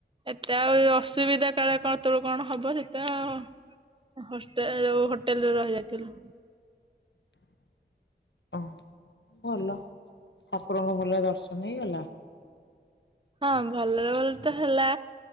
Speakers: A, on the right; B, on the left.
A: ଏତେ ଆଉ ଅସୁବିଧା କାର କଣ ହବ ସେଟ ହ ଯ ହୋଟେଲରେ ରହିଯାଇଥିଲୁ।
B: ହ ହ ଭଲ, ଠାକୁରଙ୍କ ଭଲ ଦର୍ଶନ ହେଇଗଲା।
A: ହଁ, ଭଲରେ ଭଲ ତ ହେଲା।